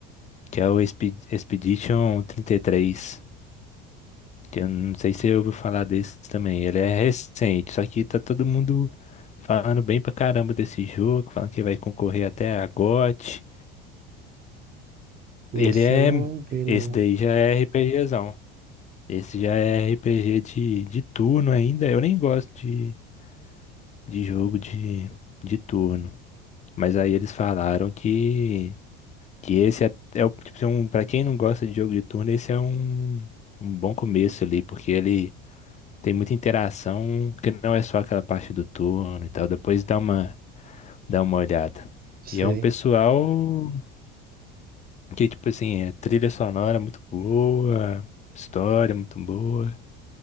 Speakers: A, on the left; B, on the right.
A: que é o Expe- Expedition 33. Que eu não sei se você ouviu falar desse também. Ele é recente, só que tá todo mundo falando bem pra caramba desse jogo, falando que vai concorrer até a GOT.
B: Nesse
A: Ele é.
B: eu não vi, não.
A: Esse daí já é RPGzão. Esse já é RPG de, de turno ainda. Eu nem gosto de, de jogo de, de turno. Mas aí eles falaram que, que esse é, é o, tipo, assim, um, para quem não gosta de jogo de turno, esse é um, um bom começo ali, porque ele tem muita interação, que não é só aquela parte do turno e tal. Depois dá uma, dá uma olhada.
B: Sei.
A: E é um pessoal que, tipo assim, é trilha sonora muito boa, história muito boa.